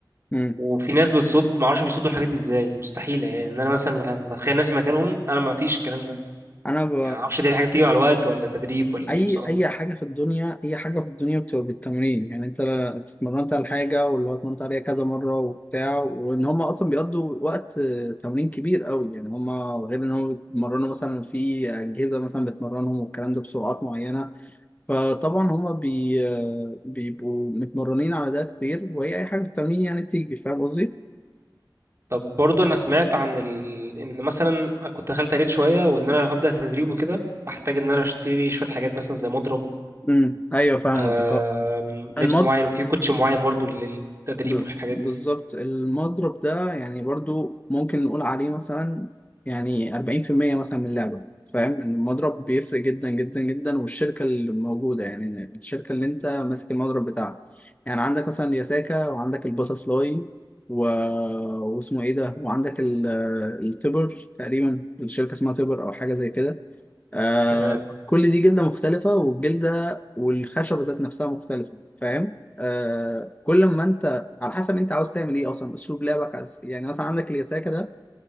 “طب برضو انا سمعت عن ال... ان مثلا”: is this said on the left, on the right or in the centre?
Right